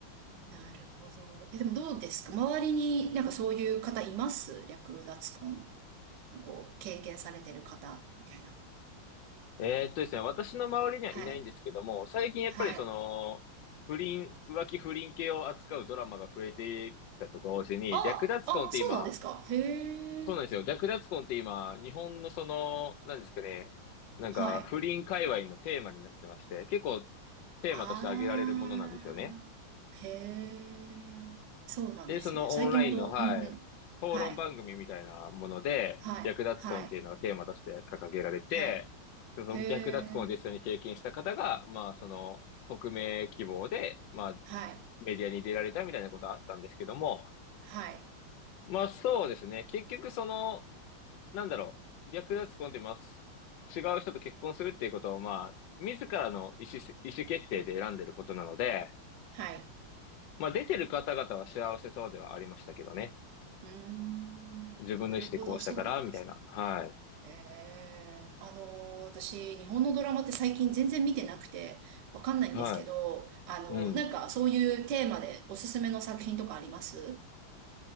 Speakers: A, on the right; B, on the left.
A: なるほど。え、でもどうですか周りになんかそういう方います略奪婚。こう、経験されてる方、みたいな。
B: えーっとですね、私の周りにはいないんですけども、
A: はい。
B: 最近やっぱりその、
A: はい。
B: 不倫、浮気不倫系を扱うドラマが増えてきたと同時に、
A: あ、
B: 略奪婚って今、
A: あ、そうなんですか。へえ。
B: そうなんですよ。略奪婚って今、日本のその、なんですかね、なんか不倫界隈のテーマになってまして、
A: はい。
B: 結構テーマとして挙げられるものなんですよね。
A: あー。へえ。そうなんですね。
B: で、そのオンラインの、
A: 最近ほど、
B: はい、
A: うんうん。
B: 討論番組みたいなもので、
A: はい。はい。
B: 略奪婚っていうのがテーマとして掲げられて、
A: はい。はい。
B: その略奪婚を実際に経験した方が、
A: へえ。
B: まあ、その、匿名希望で、まあ、
A: はい。
B: メディアに出られたみたいなことはあったんですけども、
A: はい。
B: まあそうですね。結局その、なんだろう、略奪婚ってます。違う人と結婚するっていうことを、まあ、自らの意思、意思決定で選んでることなので、
A: はい。
B: まあ、出てる方々は幸せそうではありましたけどね。
A: うーん。
B: 自分の意思でこうしたから、
A: なるほど、そうなんですね。
B: みたいな。は
A: へえ、あの、私、日本のドラマって最近全然見てなくて、わかんないんですけど、
B: い。は
A: あの、
B: い。うん。
A: なんかそういうテーマでおすすめの作品とかあります